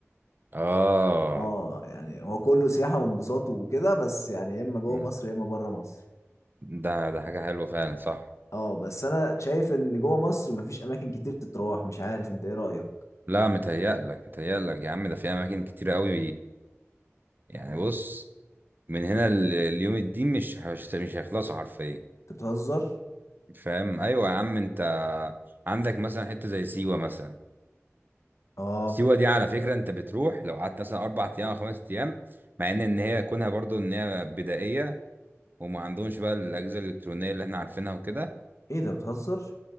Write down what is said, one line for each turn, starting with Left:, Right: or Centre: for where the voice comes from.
Right: اه
Left: اه يعني هو كله سياحه وانبساط وكده بس يعني يا اما جوه
Right: مم.
Left: مصر يا اما بره مصر
Right: ده ده حاجة حلوة فعلا صح
Left: اه بس انا شايف ان جوه مصر مفيش اماكن كتير تتراح مش عارف انت ايه رايك
Right: لا متهيألك متهيألك يا عم ده في اماكن كتير قوي يعني بص من هنا ل- ليوم الدين مش هشت- مش هيخلصوا حرفيا
Left: انت بتهزر
Right: فاهم ايوه يا عم انت عندك مثلا حته زي سيوه مثلا
Left: اه
Right: سيوه دي على فكره انت بتروح لو قعدت مثلا اربع ايام او خمس ايام مع ان ان هي كونها برضو ان هي بدائيه وما عندهمش بقى الاجهزه الالكترونيه اللي احنا عارفينها وكده
Left: ايه ده بتهزر